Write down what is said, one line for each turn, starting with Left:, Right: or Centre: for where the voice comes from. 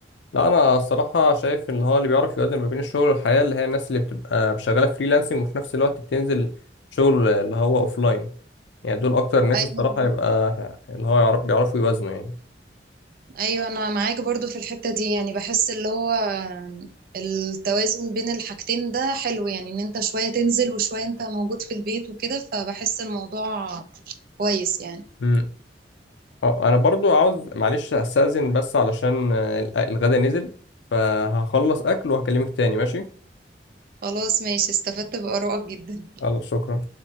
Left: لا انا الصراحه شايف ان هو اللي بيعرف يوازن ما بين الشغل والحياه اللي هي الناس اللي بتبقى شغاله فريلانسنج وفي نفس الوقت بتنزل شغل اللي هو لاين يعني دول اكتر ناس
Right: ايوه
Left: الصراحه يبقى اللي هو يعرف بيعرفوا يوازنوا يعني
Right: ايوه انا معاك برضو في الحتة دي يعني بحس اللي هو التوازن بين الحاجتين ده حلو يعني ان انت شوية تنزل وشوية انت موجود في البيت وكده فبحس الموضوع كويس يعني
Left: امم اه انا برضو عاوز معلش استأذن بس علشان آه، الغدا نزل فهخلص اكل وهكلمك تاني ماشي
Right: خلاص ماشي استفدت بآرائك جدا
Left: خلاص شكرا